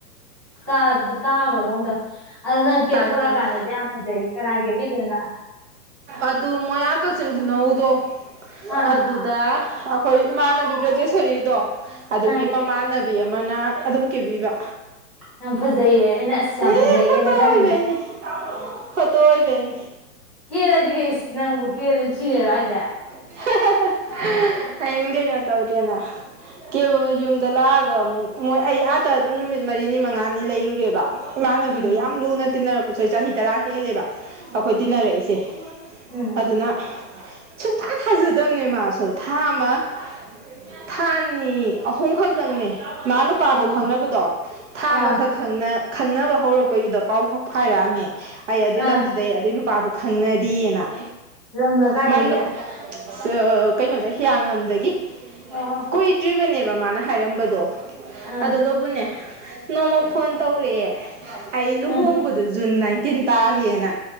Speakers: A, in the centre; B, on the right.
A: ꯇꯥ ꯇꯥꯒꯔꯕꯒꯨꯝ ꯇꯧ ꯑꯗ ꯅꯪ ꯀꯦꯊꯣꯔꯛꯑꯀꯥꯟꯗꯗꯤ
B: ꯇꯥꯔꯝꯃꯅꯤ
A: ꯌꯥꯝ ꯐꯖꯩ ꯀꯅꯥ ꯀꯦꯕꯤꯔꯤ ꯅꯣ ꯅ
B: ꯑꯗꯨ ꯃꯣꯏꯌꯥ ꯀꯛꯆꯤꯡ ꯈꯨꯅꯧꯗꯣ
A: ꯑꯥ
B: ꯑꯗꯨ ꯗ ꯑꯈꯣꯏ ꯏꯃꯥꯟꯅꯕꯤ ꯕ꯭ꯔꯖꯦꯁꯣꯔꯤꯗꯣ ꯑꯗꯨꯒꯤ
A: ꯑꯥ
B: ꯃꯃꯥꯟꯅꯕꯤ ꯕꯤ ꯑꯃꯅ ꯑꯗꯨꯝ ꯀꯦꯕꯤꯕ
A: ꯌꯥꯝ ꯐꯖꯩꯌꯦ ꯑꯩꯅ ꯑꯁ ꯌꯥꯝ
B: ꯑꯦ
A: ꯐꯖꯩꯌꯦꯅ
B: ꯐꯣꯇꯣ
A: ꯈꯜꯂꯤꯅꯦ
B: ꯑꯣꯏꯕꯩꯅꯤ ꯐꯣꯇꯣ ꯑꯣꯏꯕꯩꯅꯦ
A: ꯀꯦꯔꯗꯤ ꯏꯁ ꯅꯪꯕꯨ ꯀꯦꯔꯖꯨ ꯊꯤꯗꯣꯏꯔꯣ ꯍꯥꯏꯖꯦ
B: <unintelligible> ꯑꯩꯡ ꯀꯩꯩꯅꯣ ꯇꯧꯗꯦꯅ ꯀꯦꯕ ꯌꯨꯝꯗ ꯂꯥꯛꯑꯒ ꯑꯃꯨꯛ ꯃꯣꯏ ꯑꯩ ꯑ ꯗ ꯑꯗꯨꯝ ꯅꯨꯃꯤꯠ ꯃꯔꯤꯅꯤ ꯃꯉꯥꯅꯤ ꯂꯩꯔꯨꯔꯦꯕ ꯏꯃꯥꯟꯅꯕꯤ
A: ꯎꯝ
B: ꯂꯨꯅ ꯇꯤꯟꯅꯔꯛꯄꯁꯨ ꯑꯩ ꯆꯍꯤ ꯇꯔꯥ ꯍꯦꯜꯂꯦꯕ ꯑꯩꯈꯣꯏ
A: ꯎꯝ
B: ꯇꯤꯟꯅꯔꯛꯏꯁꯦ
A: ꯎꯝ
B: ꯑꯗꯨꯅ ꯁꯨꯡꯊꯥ ꯊꯥꯖꯗꯝꯅꯦ ꯃꯥꯁꯨ ꯊꯥ ꯑꯃ ꯊꯥꯑꯅꯤ ꯑꯍꯨꯝ ꯈꯛꯇꯪꯅꯦ ꯃꯥ ꯂꯨ ꯄꯥꯗꯣ
A: ꯑꯣ
B: ꯈꯪꯅꯕꯗꯣ ꯊꯥ
A: ꯑꯥ
B: ꯑꯃꯈꯛ ꯈꯪꯅ ꯈꯪꯅꯕ ꯍꯧꯔꯛ ꯄꯩꯗꯨꯗ ꯄꯥꯎ ꯐꯥꯎ ꯐꯥꯏꯔꯛꯑꯝꯃꯦ ꯑꯩ ꯑꯗꯨꯏ ꯂꯝꯗꯨꯗꯩ
A: ꯑꯥ
B: ꯑꯗꯨꯏ ꯅꯨꯄꯥꯗꯨ ꯈꯪꯅꯔꯤꯅ꯫
A: ꯂꯝꯅ ꯀꯥꯏꯗꯒꯤ
B: ꯃꯥꯅꯨ ꯁ ꯀꯩꯅꯣꯗꯩ ꯍꯤꯌꯥꯡꯂꯝꯗꯒꯤ꯫
A: ꯑꯣ
B: ꯀꯨꯏꯗ꯭ꯔꯤꯕꯅꯦꯕ ꯃꯥꯅ ꯍꯥꯏꯔꯝꯕꯗꯣ
A: ꯎꯝ
B: ꯑꯗꯨꯒꯕꯨꯅꯦ꯫ ꯅꯣꯡꯃ ꯐꯣꯟ ꯇꯧꯔꯛꯑꯦ ꯑꯩ ꯂꯨꯍꯣꯡꯕꯗꯣ
A: ꯎꯝ
B: ꯖꯨꯟ ꯅꯥꯏꯟꯇꯤꯟ ꯇꯥꯔꯦꯅ꯫